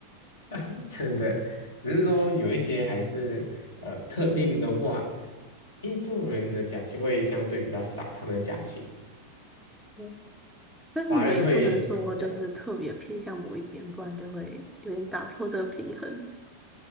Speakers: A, on the left; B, in the centre.
A: <laughs> 真的，只是说有一些还是呃特定的话，印度人的假期会相对比较少，他们的假期，
B: 嗯但是你们也不能说就是特别偏向某一边，
A: 华人会相对比较
B: 不然就会有点打破这个平衡。